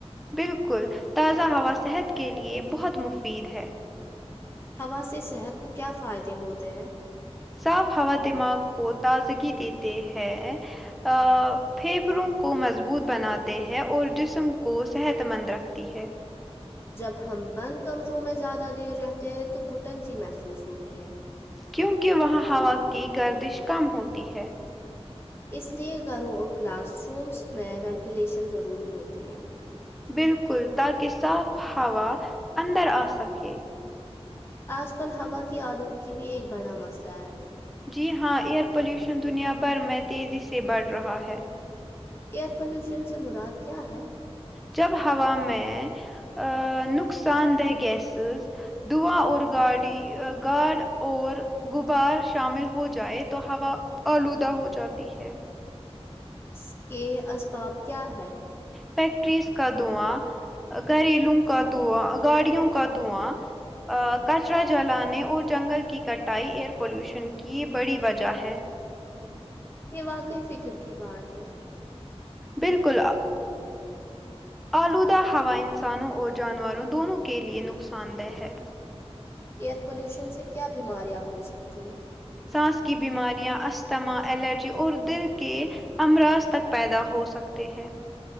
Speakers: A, in the centre; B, on the left.
A: بالکل تازہ ہوا صحت کے لیے بہت مفید ہے
B: ہوا سے صحت کو کیا فائدے ہوتے ہیں
A: صاف ہوا دماغ کو تازگی دیتے ہیں اا پھیپھڑوں کو مضبوط بناتے ہیں اور جسم کو صحت مند رکھتی ہے
B: جب ہم بند کمروں میں زیادہ دیر رہتے ہیں تو گٹن سی محسوس ہوتی ہے
A: کیونکہ وہاں ہوا کی گردش کم ہوتی ہے
B: اس لیے گھروں اور کلاس رومس میں وینٹیلیشن ضروری ہوتی ہے
A: بالکل تاکہ صاف ہوا اندر آ سکے
B: آج کل ہوا کی آلودگی بھی ایک بڑا مسئلہ ہے
A: جی ہاں ایئر پلیوشن دنیا بھر میں تیزی سے بڑھ رہا ہے
B: ایئر پولیوشن سے مراد کیا ہے
A: جب ہوا میں اا نقصان دہ گیسز دوا اور گاڑی گارڈ اور غبار شامل ہو جائے تو ہوا آلودہ ہو جاتی ہے
B: اس کے اسباب کیا ہے
A: فیکٹریز کا دواں گھریلو کا دواں گاڑیوں کا دواں کچرا جلانے اور جنگل کی کٹائی ایئر پولوشن کی یہ بڑی وجہ ہے
B: یہ واقعی فکر کی بات ہے
A: بالکل آ آلودہ ہوا انسانوں اور جانوروں دونوں کے لیئے نقصان دہ ہے
B: ایئر پولیوشن سے کیا بیماریاں ہو سکتی ہیں
A: سانس کی بیماریاں استھما الرجی اور دل کے ہم راست تک پیدا ہو سکتے ہیں